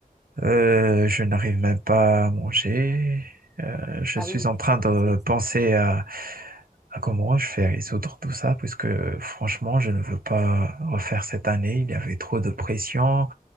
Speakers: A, on the right; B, in the centre.
A: Euh, je n'arrive même pas à manger. Euh, je
B: ah
A: suis
B: oui
A: en train de
B: c'est-
A: penser à, à comment je fais résoudre tout ça, puisque franchement, je ne veux pas refaire cette année. Il y avait trop de pression.